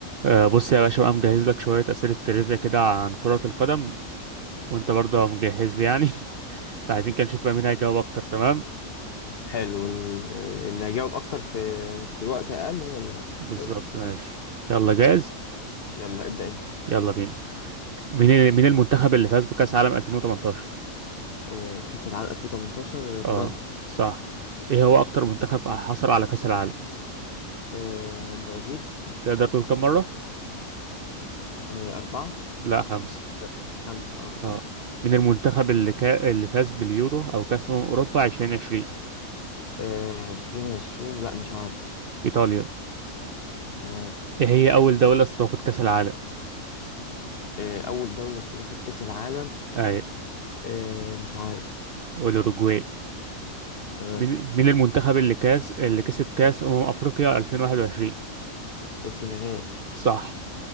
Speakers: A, on the right; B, on the left.
A: آه، بص يا باشا بقى مجهز لك شوية أسئلة ترivia كده عن كرة القدم وأنت برضه مجهز لي يعني <laughs> فعايزين كده نشوف بقى مين هيجاوب أكتر تمام
B: حلو ال- اللي هيجاوب اكتر في في الوقت اقل هو اللي هيكسب
A: بالظبط
B: حلو
A: ماشي
B: يلا
A: يلا جاهز
B: يلا ابدأ انت
A: يلا بينا مين ال- مين المنتخب اللي فاز بكأس عالم 2018
B: آه، كأس العالم 2018 فرنسا
A: اه صح إيه هو أكتر منتخب حصل على كأس العالم
B: آه، برازيل
A: تقدر تقول كم مرة
B: آه، أربعة
A: لا خمسة
B: آه، خمسة اه صح
A: اه مين المنتخب اللي كا... اللي فاز باليورو أو كأس أمم أوروبا 2020
B: آه، عشرين عشرين لا مش عارف
A: إيطاليا
B: تمام
A: إيه هي أول دولة استضافت كأس العالم
B: آه، أول دولة استضافت كأس العالم
A: أي
B: آه، مش عارف
A: الأوروجواي
B: تمام
A: مين مين المنتخب اللي كاس اللي كسب كاس أمم أفريقيا 2021
B: السنغال
A: صح